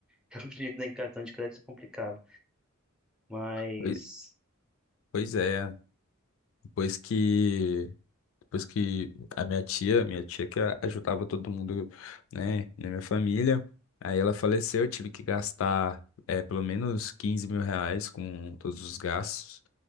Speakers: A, in the centre; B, on the left.
A: <laughs> Eu prefiro nem cartão de crédito é complicado, mas
B: Poi- Pois é, depois que Depois que a minha tia, minha tia que a- ajudava todo mundo, né, na minha família, aí ela faleceu, eu tive que gastar é, pelo menos quinze mil reais com todos os gastos